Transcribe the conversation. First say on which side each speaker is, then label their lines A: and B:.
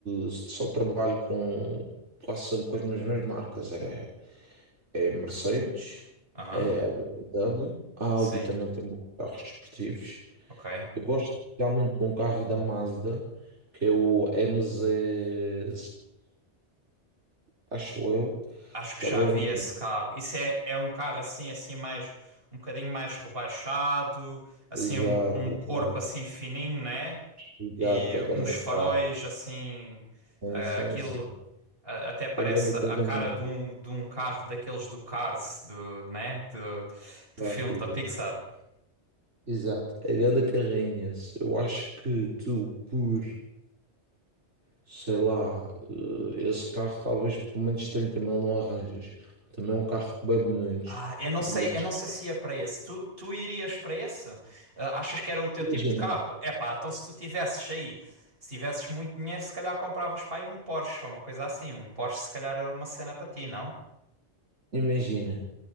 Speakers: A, on the right; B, on the right.
A: eh, só trabalho com quase sempre com as mesmas marcas, é, é Mercedes,
B: Aham,
A: é a BMW, a Audi
B: sim,
A: também tem bons carros desportivos.
B: ok.
A: Eu gosto especialmente de um carro da Mazda, que é o MZ, acho eu,
B: Acho que
A: também
B: já
A: é
B: vi
A: um...
B: esse carro. Isso é, é um carro assim, assim mais um bocadinho mais rebaixado, assim
A: Exato,
B: um, um corpo
A: exato.
B: assim fininho, né?
A: Exato,
B: E
A: pegando
B: uns
A: a
B: faróis
A: carro.
B: assim,
A: Sim,
B: eh,
A: sim,
B: aquilo
A: sim.
B: a- até parece
A: Pegando o
B: a
A: carrinho.
B: cara de um, de um carro daqueles do Cars, do, né? Do, do
A: Exato,
B: filme da
A: exato.
B: Pixar.
A: Exato, pegando a carrinha. Eu acho que tu, por, sei lá, eh, esse carro talvez por menos 30 mil não arranjas. Também é um carro que bebe menos.
B: Ah, eu não sei,
A: Mas
B: eu não sei se ia para esse. Tu, tu irias para esse? Ah, achas que era o teu
A: imagina,
B: tipo de carro? É pá, então se tu tivesses aí, se tivesses muito dinheiro, se calhar compravas para aí um Porsche ou uma coisa assim. Um Porsche se calhar era uma cena para ti, não?
A: imagina.